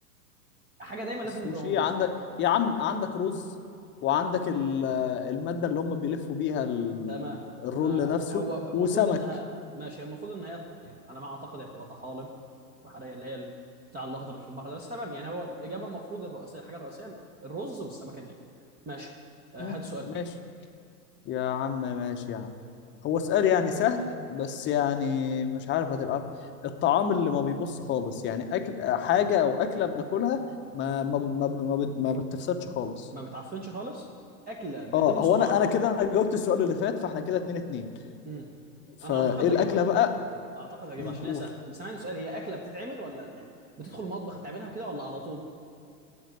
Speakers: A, on the right (about 20°); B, on the left (about 25°).
A: حاجه دايما لازم
B: السوشي
A: تبقى موجوده
B: عندك يا عم عندك رز وعندك
A: تمام
B: ال- المادة اللي هم بيلفوا بيها ال-
A: تمام
B: الرول
A: ما
B: نفسه
A: هو المفروض
B: وسمك
A: انها ماشي المفروض ان هي يعني على ما اعتقد هي بتبقى طحالب بحريه اللي هي ال- بتاع الاخضر اللي في البحر ده بس تمام يعني هو الاجابه المفروض الرئيسيه الحاجه الرئيسيه الرز والسمك الني ماشي آه،
B: مم.
A: هات سؤالك
B: ماشي يا عم ماشي يا عم هو سؤال يعني سهل بس يعني مش عارف هتبقى عارف الطعام اللي ما بيبص خالص يعني اكل حاجة او اكلة بناكلها ما ما ما ما بت- ما بتفسدش خالص
A: ما بتعفنش خالص اكله بيتم
B: اه هو
A: صنعها
B: انا انا كده انا جاوبت السؤال اللي فات فاحنا كده اتنين اتنين
A: مم.
B: فايه
A: انا اعتقد
B: الاكله
A: هجيبها
B: بقى
A: اعتقد هجيبها
B: مم،
A: عشان
B: قول
A: هي سهله بس انا عندي سؤال هي اكله بتتعمل ولا يعني بتدخل المطبخ تعملها كده ولا على طول